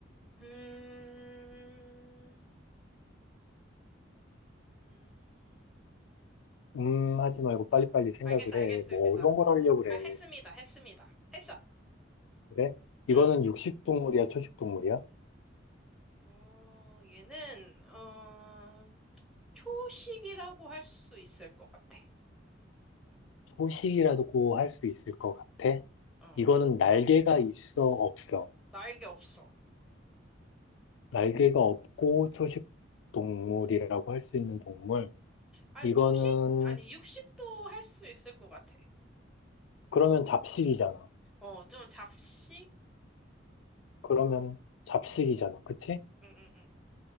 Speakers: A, in the centre; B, on the left.
A: 음. 음.
B: 음, 하지 말고 빨리빨리 생각을
A: 알겠어,
B: 해.
A: 알겠습니다.
B: 뭐 어려운 걸 하려고 그래.
A: 아, 했습니다. 했습니다. 했어.
B: 그래? 이거는
A: 응.
B: 육식 동물이야, 초식 동물이야?
A: 어, 얘는 어, 초식이라고 할 수 있을 것 같아.
B: 소식이라고 할 수 있을 것 같아?
A: 어.
B: 이거는 날개가 있어 없어?
A: 날개 없어.
B: 날개가 없고 초식 동물이라고 할 수 있는 동물.
A: 아,
B: 이거는
A: 초식? 아니, 육식도 할 수 있을 것 같아.
B: 그러면 잡식이잖아.
A: 어, 좀 잡식?
B: 그러면 잡식이잖아. 그치?
A: 응, 응, 응,